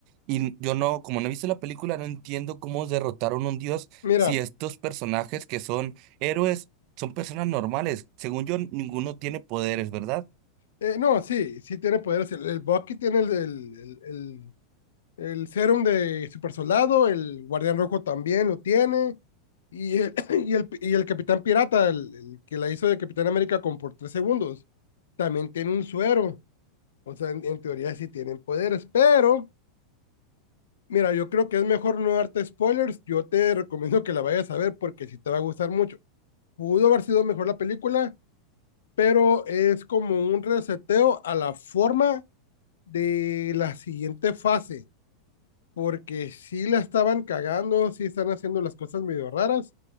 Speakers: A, on the right; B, on the left.
A: Y yo no, como no he visto la película, no entiendo cómo derrotaron un dios
B: Mira,
A: si estos personajes que son héroes son personas normales. Según yo, ninguno tiene poderes, ¿verdad?
B: eh, no, sí, sí tiene poderes. El, el Bucky tiene el, el, el El serum de Super Soldado, el Guardián Rojo también lo tiene. Y el, <clears throat> y el, y el Capitán Pirata, el, el que la hizo de Capitán América con por tres segundos, también tiene un suero. O sea, en, en teoría sí tienen poderes, pero mira, yo creo que es mejor no darte spoilers. Yo te recomiendo que la vayas a ver porque sí te va a gustar mucho. Pudo haber sido mejor la película, pero es como un reseteo a la forma de la siguiente fase porque sí la estaban cagando, sí están haciendo las cosas medio raras,